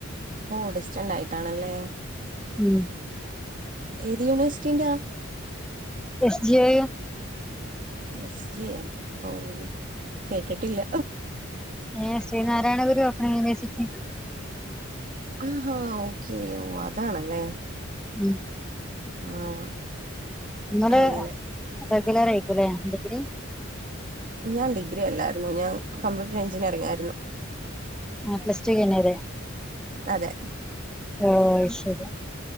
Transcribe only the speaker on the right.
ഓടിസ്റ്റണ്ടായിട്ടാണല്ലേ
ഏത് യൂണിവേഴ്സിറ്റിലാ
S G M ഔഹ് കേട്ടിട്ടില്ല
ആഹോ ഓക്കേ ഓഹ അതാണല്ലേ
ആഹ്
അങ്ങനെ
ഞാൻ ഡിഗ്രി അല്ലാരുന്നു ഞാൻ കമ്പ്യൂട്ടർ എഞ്ചിനീയറിംഗായിരുന്നു
അതെ